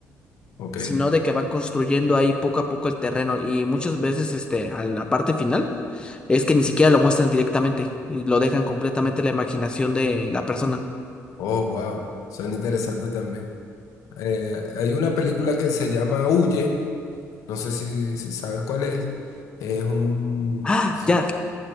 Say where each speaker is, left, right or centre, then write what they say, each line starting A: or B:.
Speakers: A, on the left (about 80°); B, on the left (about 15°).
A: Ok.
B: sino de que van construyendo ahí poco a poco el terreno y muchas veces este, a la parte final es que ni siquiera lo muestran directamente y lo dejan completamente a la imaginación de la persona.
A: Oh, wow. Son interesantes también. Eh, hay una película que se llama Huye. No sé si, si sabes cuál es. Es un...
B: Ah,
A: Sí,
B: ya.